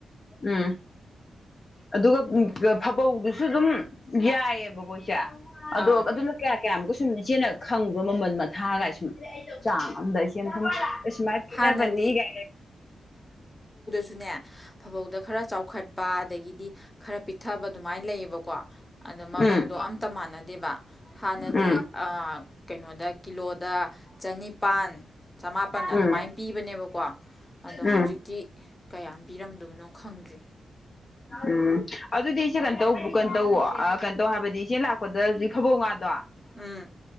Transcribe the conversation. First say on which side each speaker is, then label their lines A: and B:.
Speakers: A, on the left; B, on the left.
A: ꯎꯝ ꯑꯗꯨꯒ
B: ꯑꯗꯨꯃꯥꯏ
A: ꯐꯥꯕꯧꯗꯨ ꯁꯨ ꯗꯨꯝ ꯌꯥꯏꯌꯦꯕꯀꯣ ꯏꯆꯦ ꯑꯗꯣ
B: ꯑꯥ
A: ꯑꯗꯨꯅ ꯀꯌꯥ ꯀꯌꯥꯃꯨꯛꯀꯁꯨꯝ ꯏꯆꯦꯅ ꯈꯪꯕ꯭ꯔꫭ ꯃꯃꯜ ꯃꯊꯥꯒꯥꯏ ꯁꯨꯝ ꯆꯥꯡ ꯑꯗꯨꯗ ꯏꯆꯦꯅ ꯁꯨꯝ ꯁꯨꯃꯥꯏꯅ ꯄꯤꯅꯕꯅꯤ
B: ꯍꯥꯟꯅꯗꯤ
A: ꯒꯥꯏ
B: ꯁꯨꯅꯦ ꯐꯥꯕꯧꯗ ꯈꯔ ꯆꯥꯎꯈꯠꯄ ꯑꯗꯒꯤꯗꯤ ꯈꯔ ꯄꯤꯛꯊꯕ ꯑꯗꯨꯝꯃꯥꯏ ꯂꯩꯌꯦꯕꯀꯣ ꯑꯗ ꯃꯃꯟꯗꯣ
A: ꯎꯝ
B: ꯑꯝꯇ ꯃꯥꯟꯅꯗꯦꯕ ꯍꯥꯟꯅꯗꯤ
A: ꯎꯝ
B: ꯑ ꯀꯩꯅꯣꯗ ꯀꯤꯂꯣꯗ ꯆꯅꯤꯄꯥꯟ ꯆꯃꯥꯄꯟ
A: ꯎꯝ
B: ꯑꯗꯨꯝꯃꯥꯏ ꯄꯤꯕꯅꯦꯕꯀꯣ ꯑꯗꯣ
A: ꯎꯝ
B: ꯍꯧꯖꯤꯛꯇꯤ ꯀꯌꯥꯝ ꯄꯤꯔꯝ ꯗꯧꯕꯅꯣ ꯈꯪꯗ꯭ꯔꯤ
A: ꯎꯝ ꯑꯗꯨꯗꯤ ꯏꯆꯦ ꯀꯩꯅꯣ <unintelligible> ꯀꯅꯣ ꯇꯧꯋꫭ ꯀꯅꯣ ꯇꯧ ꯍꯥꯏꯕꯗꯤ ꯏꯆꯦ ꯂꯥꯛꯄꯗ ꯍꯧꯖꯤꯛ ꯐꯥꯕꯧ ꯉꯥꯗꯣ
B: ꯎꯝ